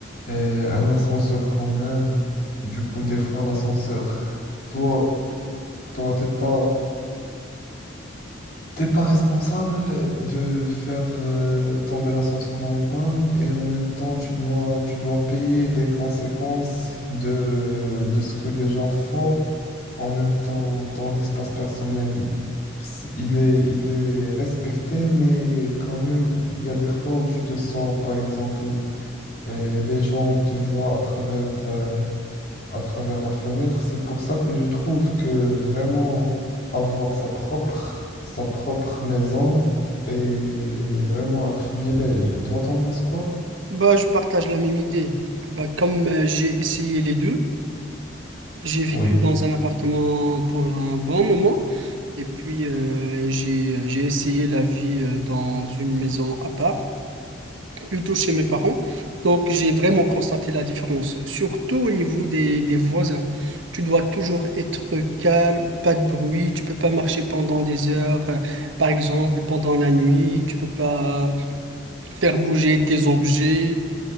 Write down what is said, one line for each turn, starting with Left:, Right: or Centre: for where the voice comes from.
Left: euh, un ascenseur commun, du coup, des fois, l'ascenseur, <laughs> toi, toi, t'es pas... T'es pas responsable de faire euh, tomber l'ascenseur en panne et en même temps tu dois tu dois payer les conséquences de, de ce que les gens font. En même temps, ton espace personnel, s- il est, il est respecté, mais quand même, il y a des fois où tu te sens, par exemple, euh, les gens te voient à travers euh, à travers la fenêtre. C'est pour ça que je trouve que vraiment avoir sa propre, sa propre maison est vraiment un privilège. Et toi, t'en penses quoi?
Right: Bah, je partage la même idée. Bah, comme euh, j'ai essayé les deux, j'ai vécu
Left: Oui.
Right: dans un appartement pour un bon moment et puis euh, j'ai j'ai essayé la vie euh, dans une maison à part. plutôt chez mes parents. Donc, j'ai vraiment constaté la différence, surtout au niveau des, des voisins. Tu dois toujours être calme, pas de bruit, tu peux pas marcher pendant des heures, euh, par exemple pendant la nuit, tu peux pas faire bouger tes objets,